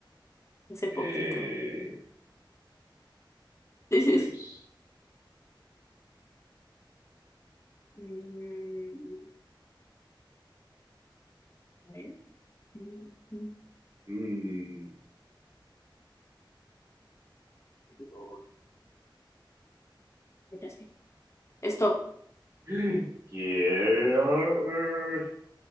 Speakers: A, on the left; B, on the right.
A: hace poquito.
B: Eh,
A: <laughs>
B: ahí es.
A: Mm, a ver. Mm, mm,
B: Mm.
A: color. Ya sé. Stop.
B: <gasps> Quiero- eh,